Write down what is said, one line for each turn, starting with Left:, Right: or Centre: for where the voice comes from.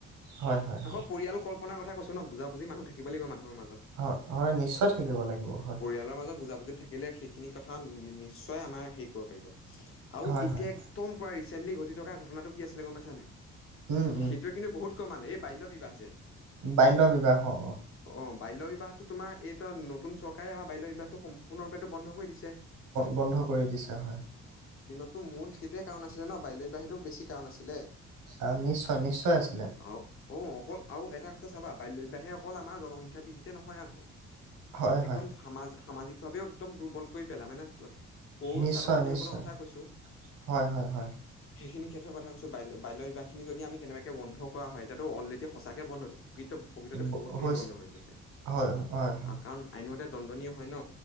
Right: হয় হয় হয়
Left: আকৌ পৰিয়াল কল আপুনা কথা কৈচো ন বুজাবুজি মানুহ থাকিব লাগিব মানুহৰ মাজত।
Right: হয় হয় নিশ্চয় থাকিব লাগিব হয়
Left: পৰিয়ালৰ মাজত বুজাবুজি থাকিলে সেইখিনি কথা নিশ্চয় আমাৰ হেৰি কৰিব পাৰিব। আৰু
Right: হয়
Left: এতিয়া
Right: হয়
Left: একদম প্ৰায় চেণ্ডি ঘটি থকা ঘটনাটো কি আছিলে গম পাইছানাই?
Right: উম উম
Left: সেইটোৱে কিন্তু বহুত কমাল এই বাল্য বিবাহ যে
Right: বাল্য বিবাহ অ
Left: অ বাল্য বিবাহটো তোমাৰ এই নতুন চৰকাৰে আমাৰ বাল্য বিবাহটো সম্পূৰ্ণৰূপেটো বন্ধ কৰি দিছে।
Right: বন্ধ কৰি দিছে হয়।
Left: টো মূল সেইটোৱে কাৰণ আছিলে ন বাল্য বিবাহেতু বেছি কাৰণ আছিলে।
Right: অ নিশ্চয় নিশ্চয় আছিলে।
Left: আৰু অ অকল আৰু এটা কথা চাবা বাল্য বিবাহে অকল আমাৰ জনসংখ্যা বৃদ্ধিতে নহয় আকৌ
Right: হয়
Left: একদম
Right: হয়
Left: সামাজ সামাজিকভাৱেও একদম দুৰ্বল কৰি পেলায় মানে সৰু
Right: নিশ্চয়
Left: ছাত্ৰ ছাত্ৰী
Right: নিশ্চয়
Left: সকলৰ কথাাই কৈছো
Right: হয় হয় হয়
Left: সেইখিনি ক্ষেত্ৰ কথা কৈছো ব বাল্য বিবাহখিনি যদি আমি কেনেবাকে বন্ধ কৰা হয় এতিয়াতো অলৰেডি সঁচাকৈ বন্ধ হৈছে প্ৰকৃত প্ৰকৃততে
Right: ব-
Left: বহুতখিনি
Right: হৈছে
Left: বন্ধ হৈ গৈছে,
Right: হয় হয় হয়
Left: আৰু কাৰণ আইনমতে দণ্ডনীয় হয় ন